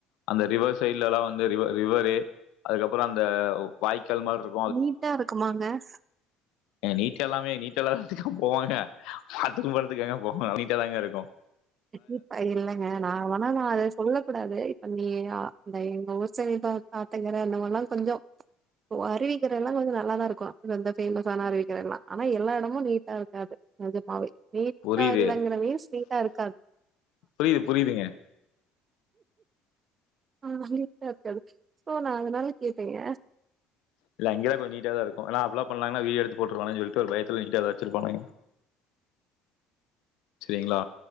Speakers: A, on the left (about 70°); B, on the right (about 40°).
A: அந்த ரிவர் சைட்லலா வந்து ரிவரு அதுக்கப்பற அந்த வாய்க்கால் மாருக்கு
B: நீட்டா இருக்குமாங்கஸ்
A: ஏங்க நீட்ட எல்லாமே நீட்ட இல்லாத இடத்துக்கு போவாங்க பத்து கும்டுறதுக்குங்க போவாங்க நீட்டு தாங்க இருக்கு
B: ப்ப இல்ங்க நாங்கல்லா ஆனா நா அத சொல்ல கூடாது இப்ப நீ இந்த எங்க ஊர் சைடுல ஆத்தங்கற அந்த மாதிரல்லா கொஞ்ஜோ ஓ அறிவிக்கிற எல்லா கொஞ்ச நல்லாத தா இருக்கு இந்த ஃபேமஸான அறிவிக்கிற எல்லா ஆனா எல்லா எடமு நீட்டா இருக்காது நஜமாவே நீட்டா
A: புரியுது.
B: இல்லங்கிற மீன்ஸ் நீட்டா இருக்
A: புரியுது புரியுதுங்க
B: ஆ நீட்டா இருக்காது சோ நா அதனால கேட்டங்க
A: இல்ல இங்கதா கொஞ்ச நீட்டாதா இருக்கு ஏன்னா அப்பல்லா பண்ணாங்கன்னா வீடியோ எடுத்து போட்டுருவானன்னு சொல்டு ஒரு பயத்துல நீட்டாதா வச்சிருப்பாங்க சேரிங்களா